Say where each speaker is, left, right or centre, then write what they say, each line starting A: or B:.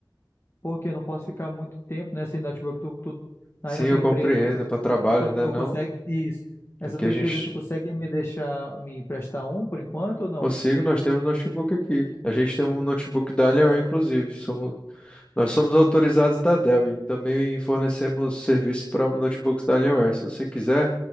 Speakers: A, on the left (about 35°); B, on the left (about 15°).
A: Porque eu não posso ficar muito tempo nessa network, tu, tu, aí
B: Sim,
A: na
B: eu
A: tua empresa,
B: compreendo,
A: tu,
B: é para trabalho,
A: tu, co-
B: né?
A: tu
B: Não.
A: consegue isso. Essa
B: Aqui
A: tua
B: a gente
A: empresa, tu consegue me deixar me emprestar um por enquanto ou não?
B: consigo, nós temos notebook aqui. A gente tem um notebook da Alienware, inclusive. Somos Nós somos autorizados
A: Hum,
B: da Dell e também fornecemos serviço para notebooks da Alienware. Se você quiser,